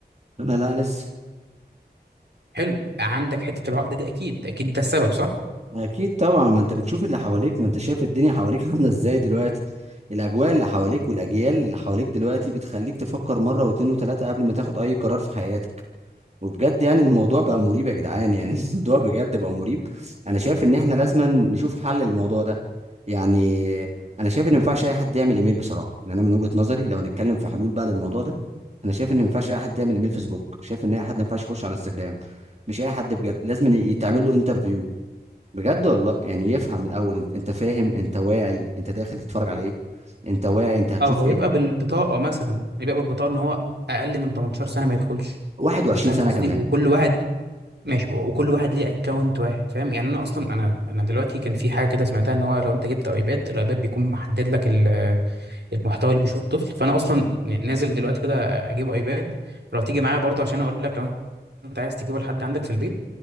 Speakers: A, on the right; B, on the right.
A: انا لا لسه
B: حلو عندك حته العقده دي اكيد اكيد ده السبب صح
A: اكيد طبعا ما انت بتشوف اللي حواليك ما انت شايف الدنيا حواليك عامله ازاي دلوقتي الاجواء اللي حواليك والاجيال اللي حواليك دلوقتي بتخليك تفكر مره واثنين وثلاثه قبل ما تاخد اي قرار في حياتك وبجد يعني الموضوع بقى مريب يا جدعان يعني <laughs> الموضوع بجد بقى مريب انا شايف ان احنا لازم نشوف حل للموضوع ده يعني انا شايف ان ما ينفعش اي حد يعمل ايميل بصراحه يعني انا من وجهه نظري لو هنتكلم في حلول بقى للموضوع ده انا شايف ان ما ينفعش اي حد يعمل ايميل فيسبوك شايف ان اي حد ما ينفعش يخش على انستجرام مش اي حد بجد لازم يتعمل له انترفيو بجد والله يعني يفهم الاول انت انت فاهم انت واعي انت داخل تتفرج على ايه انت واعي انت هتشوف
B: او
A: ايه
B: يبقى بالبطاقه مثلا يبقى بالبطاقه ان هو اقل من 18 سنه ما يدخلش
A: 21
B: انت فاهم قصدي
A: سنه كمان
B: وكل واحد ماشي و- وكل واحد ليه اكونت واحد فاهم يعني انا اصلا انا انا دلوقتي كان في حاجه كده سمعتها ان هو لو انت جبت ايباد الايباد بيكون محدد لك ال- المحتوى اللي بيشوفه الطفل فانا اصلا نازل دلوقتي كده اجيب ايباد لو تيجي معايا برضه عشان اقول لك لو انت عايز تجيبه لحد عندك في البيت